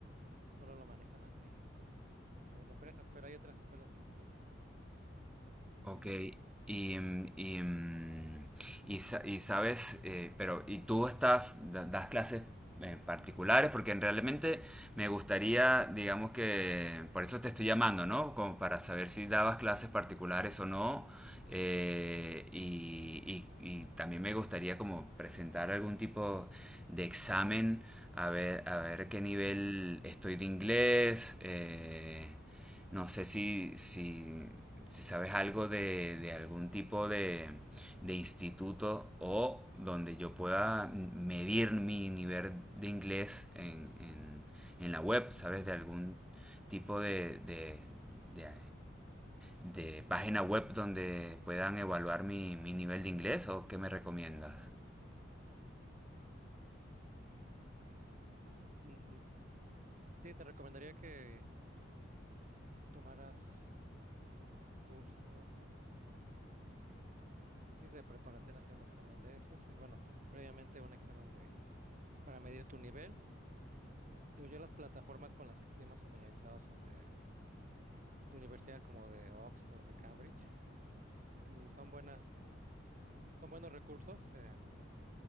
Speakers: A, on the right; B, in the centre.
A: solo lo manejan así, como a través de empresas, pero hay otras escuelas que sí.
B: Ok,
A: Eh,
B: y, mm, y, mm, y sa- y sabes, eh, pero, ¿y tú estás, da- das clases eh, particulares? Porque en- realmente me gustaría, digamos que, por eso te estoy llamando, ¿no? Como para saber si dabas clases particulares o no. eh, y, y- y también me gustaría como presentar algún tipo de examen, a ver, a ver qué nivel estoy de inglés. eh, no sé si, si, si sabes algo de, de algún tipo de, de instituto o donde yo pueda medir mi nivel de inglés en, en- en la web, ¿sabes? De algún tipo de, de- de- de página web donde puedan evaluar mi, mi nivel de inglés o qué me recomiendas.
A: mm, sí, te recomendaría que tomaras un curso. Sí, de preparación hacia un examen de esos. Y bueno, previamente un examen de para medir tu nivel. Digo, yo las plataformas con las que estoy más familiarizado son de, de universidades como de Oxford, de Cambridge, y son buenas, son buenos recursos, eh,